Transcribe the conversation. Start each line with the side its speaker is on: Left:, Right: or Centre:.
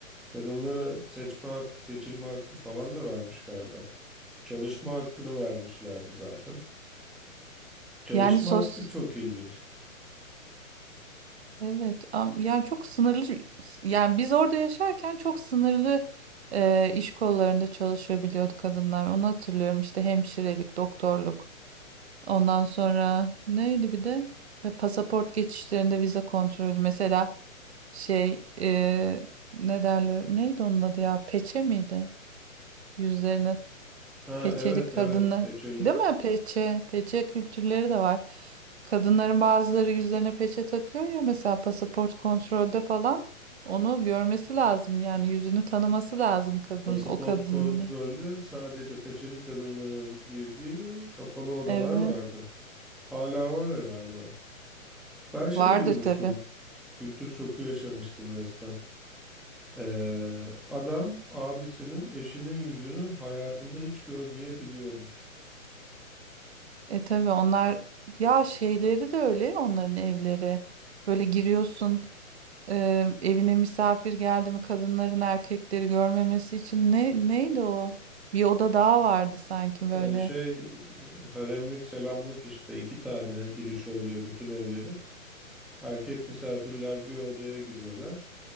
Centre: Kadınlara seçme hakkı, seçilme hakkı falan da vermiş galiba. Çalışma hakkını vermişlerdi zaten. Çalışma
Right: Yani sos
Centre: hakkı çok ilginç.
Right: evet am- yani çok sınırlı yani biz orada yaşarken çok sınırlı e, iş kollarında çalışabiliyordu kadınlar. Onu hatırlıyorum işte hemşirelik, doktorluk. Ondan sonra neydi bir de E, pasaport geçişlerinde vize kontrolü mesela Şey e, ne derler? Neydi onun adı ya? Peçe miydi? Yüzlerine
Centre: Ha
Right: peçeli
Centre: evet
Right: kadınlar.
Centre: evet peçeli.
Right: Değil mi? Peçe. Peçe kültürleri de var. Kadınların bazıları yüzlerine peçe takıyor ya mesela pasaport kontrolde falan. Onu görmesi lazım yani yüzünü tanıması lazım kadın
Centre: Pasaport
Right: o kadının.
Centre: kontrolde sadece peçeli kadınların girdiği kapalı odalar
Right: Evet.
Centre: vardı. Hala var herhalde. o. Ben şey
Right: Vardır
Centre: duymuştum.
Right: tabii.
Centre: Kültür şoku yaşamıştım resmen. Ee, adam abisinin eşinin yüzünü hayatında hiç görmeyebiliyormuş.
Right: E tabii onlar ya şeyleri de öyle onların evleri. Böyle giriyorsun. e, evine misafir geldi mi kadınların erkekleri görmemesi için ne neydi o? Bir oda daha vardı sanki böyle.
Centre: Ee, şey e, haremlik selamlık işte iki tane girişi oluyor bütün evlerin. Erkek misafirler bir odaya giriyorlar.